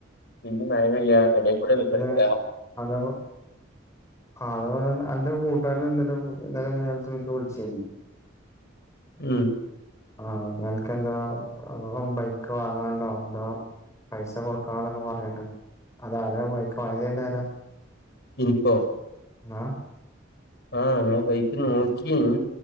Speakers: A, on the left; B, on the left.
A: പിന്നെ മഴ പെയ്യ ഇടക്കൂടെ വെയിലറിക്ക
B: അത അതേപോലെ എന്റെ കൂട്ടുകാരെ എന്തലും <unintelligible> രാത്രി ൻക്ക് ബുൾ ച്ചീനി
A: ഉം
B: ആഹ് നക്ക് എന്തോ ബൈക്ക് വാങ്ങണ്ടോ എന്തോ പൈസ കൊടുക്കണംന്നൊക്കെ പറഞ്ഞിട്ട് അതാരാ ബൈക്ക് വാങ്ങിതര്ണതാരാ
A: ഇനിപ്പോ
B: ആഹ്
A: ആഹ് ഞാൻ ബൈക്ക് നോക്കിയന്